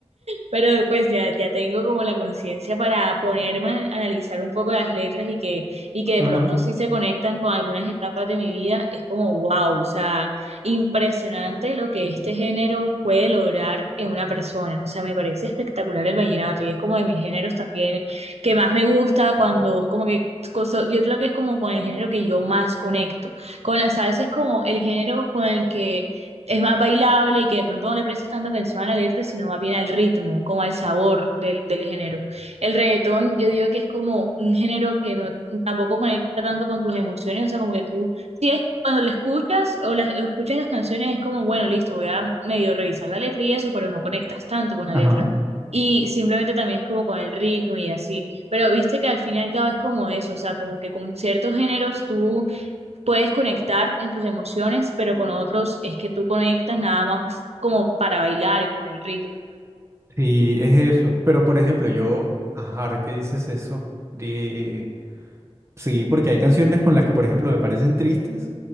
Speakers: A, on the right (about 75°); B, on the right (about 25°).
A: Pero pues ya, ya tengo como la conciencia para ponerme a analizar un poco las letras y que, y que
B: <laughs>
A: de pronto
B: ajá,
A: sí se conectan con algunas etapas de mi vida. Es como wow, o sea, impresionante lo que este género puede lograr en una persona. O sea, me parece espectacular el vallenato y es como de mis géneros también que más me gusta cuando, como que, coso- yo creo que es como con el género que yo más conecto. Con la salsa es como el género con el que es más bailable y que de pronto no le prestas tanta atención a la letra, sino más bien al ritmo, como al sabor del, del género. El reggaetón, yo digo que es como un género que no, tampoco conecta tanto con tus emociones, o sea, como que tú, si es cuando lo escuchas o las, o escuchas las canciones, es como, bueno, listo, voy a medio revisar la letra y eso, pero no conectas tanto con la
B: ajá.
A: letra. Y simplemente también es como con el ritmo y así. Pero viste que al fin y al cabo es como eso, o sea, como que con ciertos géneros tú puedes conectar en tus emociones, pero con otros es que tú conectas nada más como para bailar y con el ritmo.
B: Sí, es eso. Pero por ejemplo, yo, ajá, ahora que dices eso, de... sí, porque hay canciones con las que, por ejemplo, me parecen tristes,